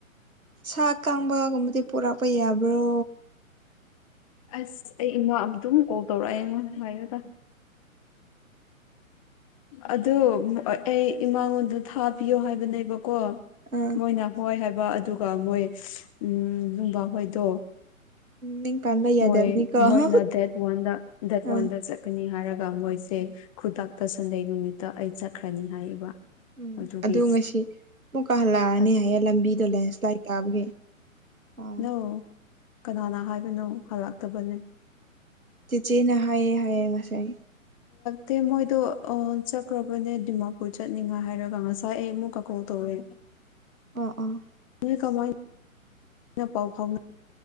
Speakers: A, on the right; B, on the left.
A: ꯁꯥ ꯀꯥꯡꯕꯒꯨꯝꯕꯗꯤ ꯄꯣꯔꯛꯄ ꯌꯥꯕ꯭ꯔꯣ
B: ꯑꯁ ꯑꯩ ꯏꯃꯥ ꯑ ꯑꯗꯨꯝ ꯀꯣꯜ ꯇꯧꯔꯛꯑꯦꯃ ꯉꯥꯏꯌꯣꯗ ꯑꯗꯨ ꯑꯩ ꯏꯃꯥꯉꯣꯟꯗ ꯊꯥꯕꯤꯌꯣ ꯍꯥꯏꯕꯅꯦꯕ ꯀꯣ
A: ꯑꯥ
B: ꯃꯣꯏꯅ ꯍꯣꯏ ꯍꯥꯏꯕ ꯑꯗꯨꯒ ꯃꯣꯏ ꯎ ꯅꯨꯡꯕꯥꯍꯣꯏꯗꯣ
A: ꯃꯤꯡ ꯄꯥꯟꯕ ꯌꯥꯗꯕꯅꯤꯀꯣ
B: ꯃꯣꯏ
A: ꯑꯥ
B: ꯃꯣꯏꯅ ꯗꯦꯠ ꯋꯥꯟꯗ ꯗꯦꯠ
A: ꯑꯥ
B: ꯋꯥꯟꯗ ꯆꯠꯀꯅꯤ ꯍꯥꯏꯔꯒ ꯑꯗꯨꯒ ꯃꯣꯏꯁꯦ ꯈꯨꯇꯇ ꯁꯟꯗꯩ ꯅꯨꯃꯤꯠꯇ ꯑꯩ ꯆꯠꯈ꯭ꯔꯅꯤ ꯍꯥꯏꯌꯦꯕ
A: ꯎꯝ
B: ꯑꯗꯨꯒꯤ
A: ꯑꯗꯨ ꯉꯁꯤ ꯑꯃꯨꯛ ꯀꯥ ꯍꯜꯂꯛꯑꯅꯤ
B: ꯑꯠ
A: ꯍꯥꯏꯌꯦ ꯂꯝꯕꯤꯗꯨꯣ ꯂꯩ ꯁꯂꯥꯏ ꯇꯥꯕꯒꯤ ꯑꯣ
B: ꯅꯪ ꯀꯅꯥꯅ ꯍꯥꯏꯕꯅꯣ ꯍꯜꯂꯛꯇꯕꯅꯦ
A: ꯆꯤꯆꯦꯅ ꯍꯥꯏꯌꯦꯦ ꯍꯥꯏꯌꯦꯦ ꯉꯁꯥꯏ
B: ꯗꯦ ꯃꯣꯏꯗꯣ ꯆꯠꯈ꯭ꯔꯕꯅꯦ ꯗꯤꯃꯥꯄꯨꯔ ꯆꯠꯅꯤꯡꯉꯥꯏ ꯍꯥꯏꯔꯒ ꯉꯁꯥꯏ ꯑꯩ ꯑꯃꯨꯛ ꯀꯀꯣꯜ ꯇꯧꯋꯦ
A: ꯑ ꯑꯥ
B: ꯍ ꯀꯃꯥꯏ ꯑꯩꯅ ꯄꯥꯎ ꯐꯥꯎꯅ